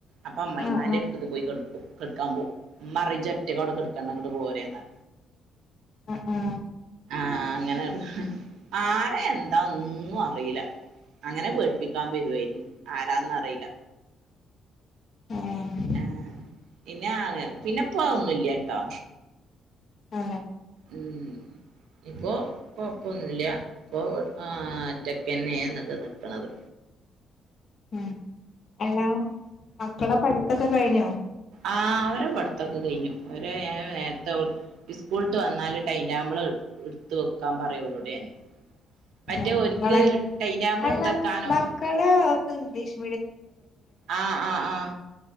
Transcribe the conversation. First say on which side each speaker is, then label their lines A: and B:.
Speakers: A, on the right (about 75°); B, on the left (about 35°).
A: അപ്പൊ അമ്മായ്മാന്റെ
B: ആഹ്
A: അടുത്തേക്ക് പോയി കക്കു കെടക്കാൻ പോ അമ്മ അറിയിച്ച ഒറ്റക്കവിടെ കെടുക്കണ്ട അങ്ങോട്ട പോര എന്നാ
B: ആ ആ
A: ആഹ അങ്ങനെ ആരെ എന്താ ഒന്നും അറീല്ല അങ്ങനെ പേഠിപ്പിക്കാൻ വരുവയിരുന്നു ആരാന്ന അറിയില്ല
B: ആഹ് ഏഹ്
A: ആഹ പിന്നെ പിന്നെ പോ ഒന്നുല്ല്യ ട്ടോ
B: ആ
A: ഉം ഇപ്പൊ കൊഴപ്പൊന്നുല്ല്യ ഇപ്പൊ ആ ഒറ്റക്കന്നെയന്നക്ക നിക്കണത്
B: ഉം അല്ല മക്കളെ പഠിത്തൊക്കെ കഴിഞ്ഞോ
A: ആഹ അവരെ പടത്തൊക്കെ കഴിഞ്ഞു അവരെ നേരത്തെ സ്കൂളട്ട് വന്നാല് ടൈം ടേബിള് എടുത്ത് വെക്കാൻ പറയ ഓരോട് ഞാന്. മറ്റേ
B: ആണോ
A: ഒര്ക്
B: നിങ്ങളെ
A: ടൈനാബ്ൾ
B: അല്ല
A: എടുത്തക്കാനും.
B: മക്കള് ഒക്കെ ഇംഗ്ലീഷ്
A: ആ ആ ആഹ.